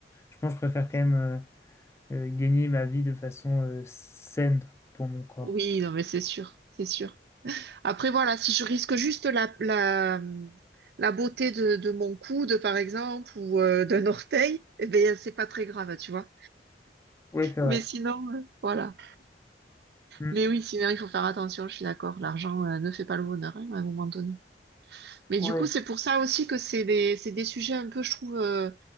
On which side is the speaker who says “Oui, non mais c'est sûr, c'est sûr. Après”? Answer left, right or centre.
Right